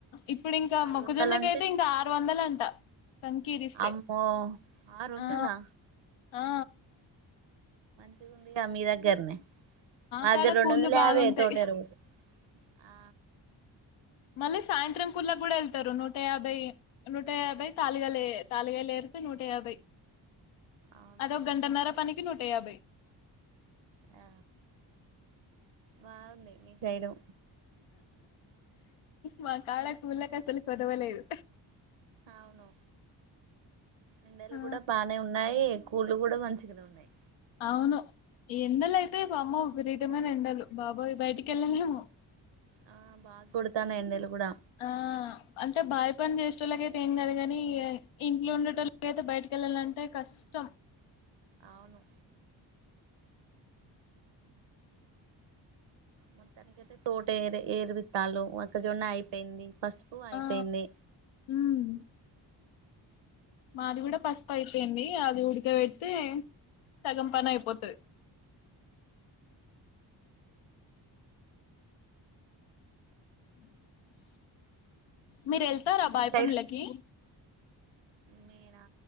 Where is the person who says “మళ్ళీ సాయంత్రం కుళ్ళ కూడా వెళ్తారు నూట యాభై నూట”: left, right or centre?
Left